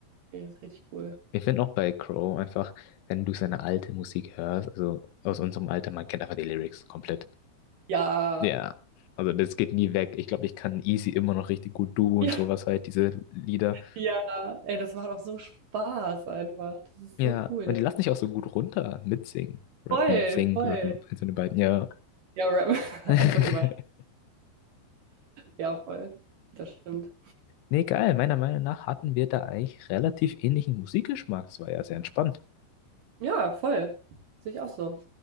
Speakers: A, on the right (about 65°); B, on the left (about 85°).
A: Ey, ist richtig cool.
B: ich finde auch bei Crow einfach, wenn du seine alte Musik hörst, also aus unserem Alter, man kennt einfach die Lyrics komplett.
A: Ja.
B: Ja, also das geht nie weg. Ich glaube, ich kann easy immer noch richtig gut du
A: <laughs>
B: und sowas halt, diese Lieder.
A: Ja. Ja. Ey, das macht auch so Spaß einfach. Das ist
B: Ja,
A: so cool.
B: und
A: ja.
B: die lassen dich auch so gut runter mitsingen. Rappen,
A: Voll,
B: singen,
A: voll.
B: rappen, eins von den beiden, ja.
A: Ja, Rap. <laughs>
B: <laughs>
A: Einfach immer. Ja, voll. Das stimmt.
B: Nee, geil. Meiner Meinung nach hatten wir da eigentlich relativ ähnlichen Musikgeschmack. Das war ja sehr entspannt.
A: Ja, voll. Sehe ich auch so.